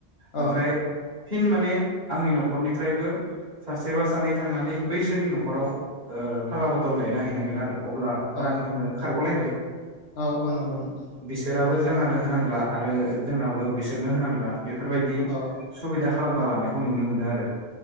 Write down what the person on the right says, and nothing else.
ओमफ्राय फिन माने आंनि न'खरनिफ्रायबो सासेबा सानै थांनानै बैसोरनि न'खराव फाला बदल गायना हैनांगोन आरो अब्ला
रां होनो खारग'लायबाय
बिसोराबो जोंहानो होनांला आरो जोंहाबो बिसोरनो होनांला बेफोरबायदि
सुबिदा खालामना लानायखौ नुनो मोनो आरो